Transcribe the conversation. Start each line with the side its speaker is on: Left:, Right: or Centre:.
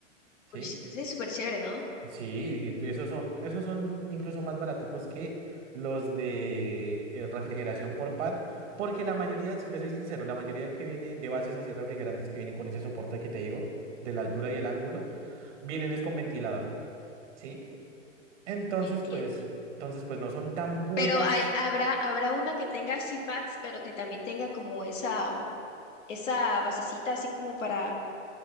Right: ¿sí?
Left: Uy, sí, entonces es súper chévere, ¿no?
Right: Sí, y esos son, esos son incluso más baraticos que los de eh, refrigeración por pad, porque la mayoría, si te soy sincero, la mayoría que viene de bases así refrigerantes que vienen con ese soporte que te digo, de la altura y el ángulo, Vienen es con ventilador. ¿sí? Entonces,
Left: Entiendo.
Right: pues, entonces, pues no son tan buenas.
Left: Pero hay, habrá, habrá una que tenga así pads, pero que también tenga como esa, mm, esa basecita así como para,